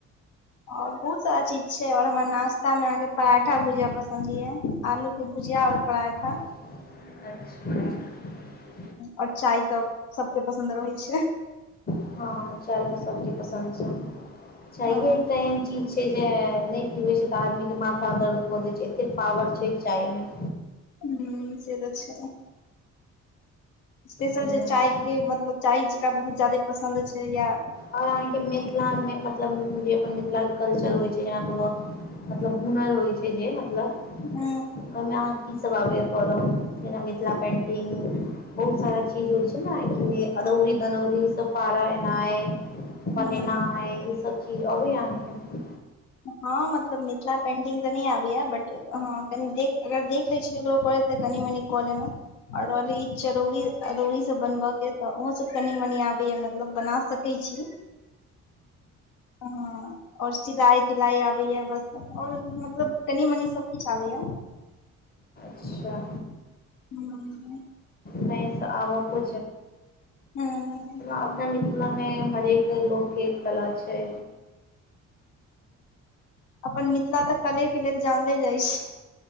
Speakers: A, on the left; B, on the left.
A: और बहुत सारा चीज छै। और हमरा नाश्ता मे अहाँ के पराठा भूजा पसंन्द ये आलू। भुजिया आ पड़ाठा।
B: अच्छा।
A: आओर चाय तऽ सभ केँ पसन्द रहैत छै।
B: हँ चाय त सभ केँ पसन्द छै। च
A: ह
B: एकटा चीज छै। जे नहि पीबे छै। तऽ आदमी के माथा दर्द कऽ देय छै। एते पावर छै। चाय में।
A: ह से तऽ छै। स्पेशल
B: बढ़िआँ
A: जे चाय
B: छै
A: के मतलब चाय जेकरा बहुत ज्यादे पसन्द छै। या
B: और अहाँके मिथिला में। मतलब जे अपन मिथिला के। कल्चर होइ छै। जेना कोनो मतलब हुनर होइ छै। जे मतलब
A: ह
B: ओमे अहाँ। ईसभ आबैए पड़ब जेना मिथिला पेन्टिंग। बहुत सारा चीज होइ छै। ने कि अदौरी दनौरी ई सभ पारा एनाइ।
A: ह
B: बनेना है ई सभ चीज अभी यहाँके।
A: हँ मतलब मिथिला पेंटिंग। तऽ नहि आबैएा बट हँ कनि देख अगर देख लै छीयै ककरोत। कनि मनि कल ने। आओर रहलै ई चरौरी अरौरी। सभ बनबय के तऽ ओहोसभ कनी मनी आबैया मतलब बना सकैत छी। ह। और सिलाई तिलाई आबैएा बस आओर मतलब कनी मनी सभ किछु आबैएा।
B: अच्छा।
A: हू।
B: नहि आब को
A: हूँ
B: अपना। मिथिला में हरेक लोक कला छै।
A: अपन मिथिला तऽ कले के लेल जानले जाइ छै।